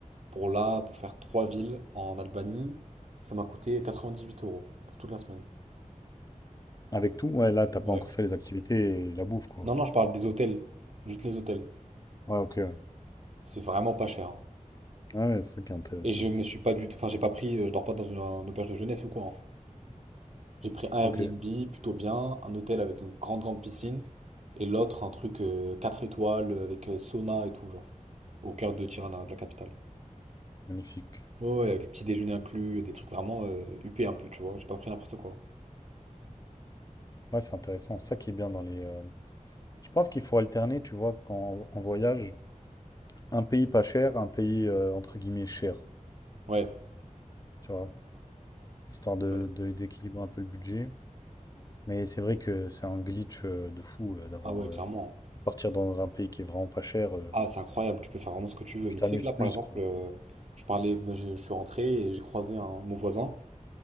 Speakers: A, on the right; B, on the left.
A: pour là, pour faire trois villes en Albanie, ça m'a coûté 98 euros pour toute la semaine.
B: Avec tout, ouais, là, t'as pas
A: Ouais.
B: encore fait les activités et la bouffe, quoi.
A: Non, non, je parle des hôtels. Juste les hôtels.
B: Ouais, ok. Ouais,
A: C'est vraiment pas cher. hein.
B: Ouais, ouais, c'est ça qui est intéressant.
A: Et je me suis pas du tout. Enfin, j'ai pas pris. euh, Je dors pas dans une, une auberge de jeunesse ou quoi. hein. J'ai pris un Airbnb
B: Ok,
A: plutôt bien, un hôtel avec une grande grande piscine, et l'autre un truc euh, 4 étoiles avec euh, sauna et tout, genre, au cœur de Tirana, de la capitale.
B: magnifique.
A: Ouais, ouais, avec petit déjeuner inclus, des trucs vraiment euh, huppés un peu, tu vois, j'ai pas pris n'importe quoi.
B: Ouais, c'est intéressant. Ça qui est bien dans les. euh, Je pense qu'il faut alterner, tu vois, quand on voyage, un pays pas cher, un pays euh, entre guillemets cher,
A: Ouais,
B: tu vois, histoire de,
A: C'est vrai.
B: de- d'équilibrer un peu le budget. Mais c'est vrai que c'est un glitch euh, de fou euh, d'avoir
A: ah ouais,
B: euh,
A: clairement.
B: partir dans un pays qui est vraiment pas cher. euh,
A: Ah, c'est incroyable, tu peux faire vraiment ce que tu veux.
B: tu
A: Mais
B: t'amuses
A: tu sais que là,
B: plus,
A: par exemple,
B: quoi.
A: euh, je parlais, bah, je, je suis rentré et j'ai croisé un, mon voisin,